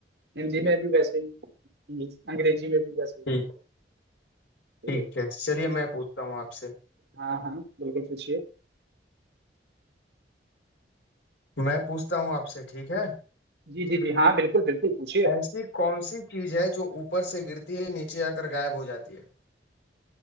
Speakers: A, on the right; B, on the left.
A: हिंदी में भी वैसे ही इंग्लिश- अंग्रेजी में भी वैसे
B: ठीक
A: ही
B: ठीक है चलिए मैं पूछता हूँ आपसे
A: हाँ हाँ बिल्कुल पूछिए
B: मैं पूछता हूँ आपसे ठीक है
A: जी जी जी हाँ बिल्कुल बिल्कुल पूछिए
B: ऐसी कौन सी चीज है जो ऊपर से गिरती है नीचे आकर गायब हो जाती है